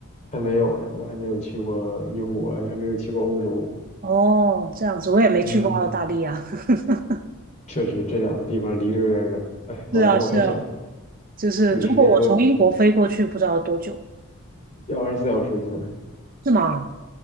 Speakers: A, on the left; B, on the right.
A: 还没有哎，我还没有去过英国，还没有去过欧洲。
B: 哦，这样子，我也没去过澳大利亚。
A: 嗯，
B: <laughs>
A: 确实这两个地方离得有点远。哎，本来我还想
B: 是啊，是啊，就是如果我从英国飞过去，
A: 有时间要不要
B: 不知道多久，
A: 要二十四小时，基本上
B: 是吗？